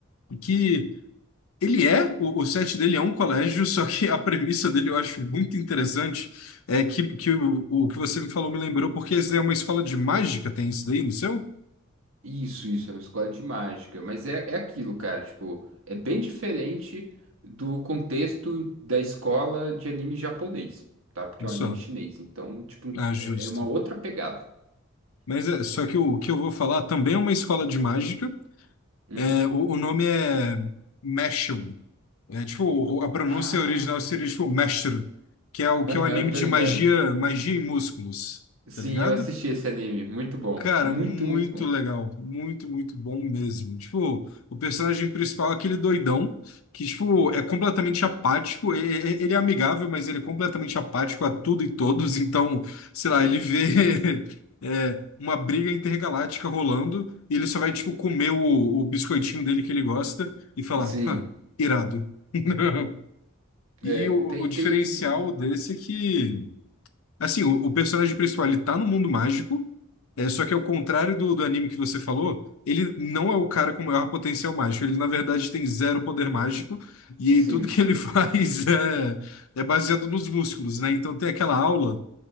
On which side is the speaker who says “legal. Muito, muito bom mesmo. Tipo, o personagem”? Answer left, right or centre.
Left